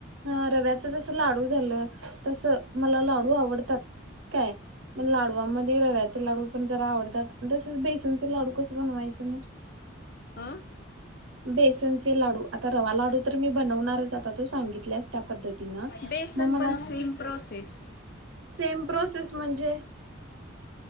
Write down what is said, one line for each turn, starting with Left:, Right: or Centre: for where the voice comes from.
Right: ह रव्याच जसं लाडू झालं. तसं मला लाडू. हो आवडतात काय पण लाडवा मधे रव्याचे लाडू पण जरा आवडतात तसेच बेसन लाडू कस बनवायचं मग
Left: अ
Right: बेसनचे लाडू आता रवा लाडू तर मी बनवणारच. आता तू सांगी त्या पद्धतीनं
Left: बेसन
Right: मग मला
Left: पण सेम प्रोसेस
Right: सेम प्रोसेस <unintelligible> म्हणजे